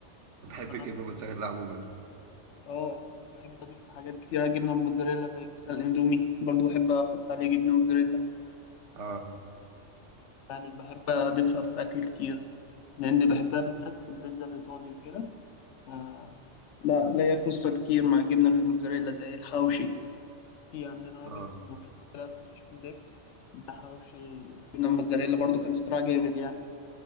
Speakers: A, on the right; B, on the left.
A: بحب
B: جربت
A: الجبنة الموتزاريلا عموما
B: اه بحب اضيف حاجات كتير على الجبنه الموتزاريلا زي مثلا الاندومي برضو بحب احط عليه جبنه موتزاريلا
A: آه
B: يعني بحب اضيفها في اكل كتير لان بحبها بالذات في البيتزا الايطالي وكده ف- لا ليا قصه كتير مع الجبنه الموتزاريلا زي الحواوشي في عندنا راجل
A: آه
B: مشهور كده في الشيخ بريك ده حواوشي جبنه موتزاريلا برضو كان اختراع جامد يعني